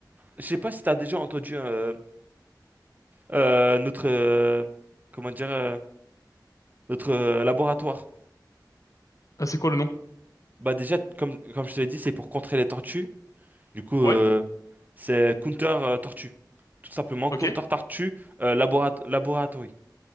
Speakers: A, on the right; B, on the left.
A: Je sais pas si tu as déjà entendu euh, euh, notre euh, comment dire euh, notre euh, laboratoire.
B: Ah, c'est quoi le nom?
A: Bah déjà, comme, comme je te l'ai dit, c'est pour contrer les tortues. Du coup,
B: Ouais.
A: euh, c'est Counter euh, Tortue. Tout simplement,
B: Ok.
A: Counter Tortue euh, Laborat- Laboratory.